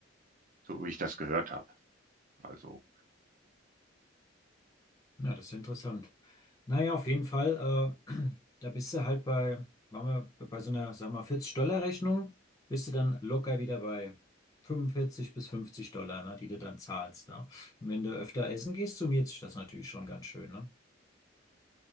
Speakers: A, on the right; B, on the left.
A: so wie ich das gehört habe. Also,
B: Ja, das ist ja interessant. Naja, auf jeden Fall, äh, <clears throat> da bist du halt bei, waren wir bei so einer, sag mal, 40-Dollar-Rechnung, bist du dann locker wieder bei 45 bis 50 Dollar, ne, die du dann zahlst. Ne? Und wenn du öfter essen gehst, summiert sich das natürlich schon ganz schön, ne?